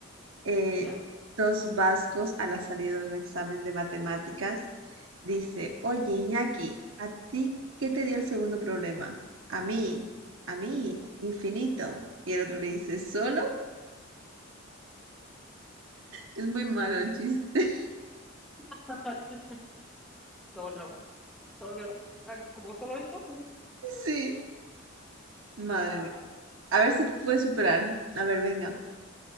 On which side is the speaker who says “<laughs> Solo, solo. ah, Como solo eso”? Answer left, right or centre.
Centre